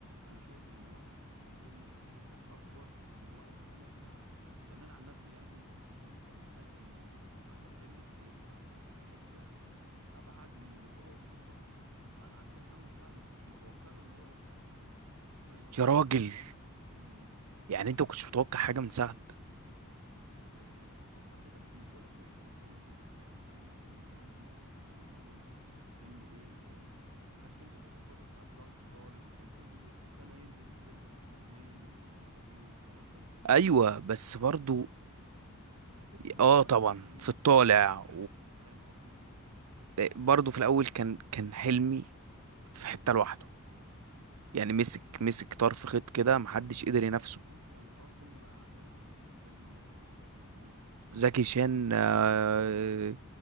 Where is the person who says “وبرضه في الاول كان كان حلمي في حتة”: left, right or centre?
Right